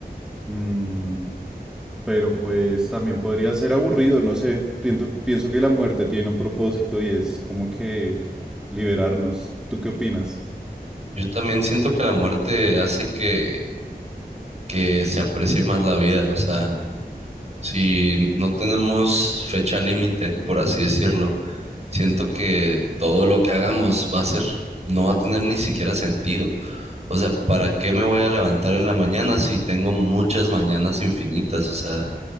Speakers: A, in the centre; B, on the right (about 40°).
A: Mm, pero pues también podría ser aburrido, no sé. Piento- pienso que la muerte tiene un propósito y es como que liberarnos. ¿Tú qué opinas?
B: Yo también siento que la muerte hace que, que se aprecie más la vida, o sea, si no tenemos fecha límite, por así decirlo, siento que todo lo que hagamos va a ser, no va a tener ni siquiera sentido. O sea, ¿para qué me voy a levantar en la mañana si tengo muchas mañanas infinitas? O sea,